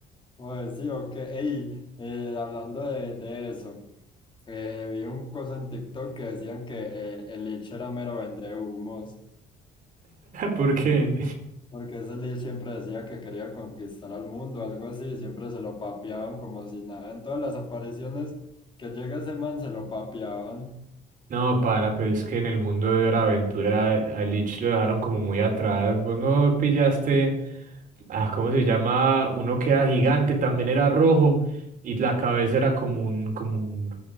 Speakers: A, on the left; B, on the right.
A: Pues sí, ok. Ey, eh, hablando de, de eso. Eh, vi un cosa en TikTok que decían que eh, el Lich era mero vendehumos.
B: <laughs> por qué
A: Porque ese Lee siempre decía que quería conquistar al mundo, algo así, siempre se lo papeaban como si nada. En todas las apariciones que llega ese man se lo papeaban.
B: No, pana, pero es que en el mundo de Hora de Aventura a Lich lo dejaron como muy atrás. Vos no pillaste, ah, ¿cómo se llama? Uno que era gigante, también era rojo, y la cabeza era como un, como un,